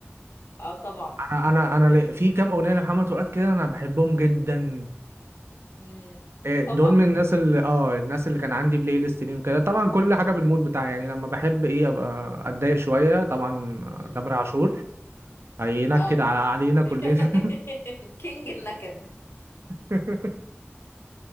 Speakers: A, on the left; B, on the right.
A: اه طبعا
B: انا انا انا ل- في كام اغنيه لمحمد فؤاد كده انا بحبهم جدا
A: امم
B: آه، دول
A: طبعا
B: من الناس اللي اه الناس اللي كان عندي بلاي ليست ليهم كده طبعا كل حاجه بالمود بتاعي يعني لما بحب ايه ابقى اتضايق شويه طبعا آه،
A: امم
B: تامر عاشور هينكد
A: اه
B: على علينا كلنا
A: <laughs> كينج النكد
B: <laughs>